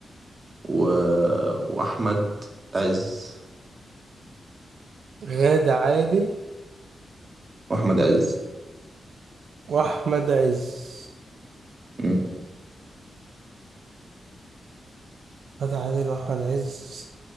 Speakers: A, on the right; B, on the right.
A: و... واحمد عز
B: غادة عادل
A: واحمد عز
B: واحمد عز
A: مم.
B: غادة عادل واحمد عز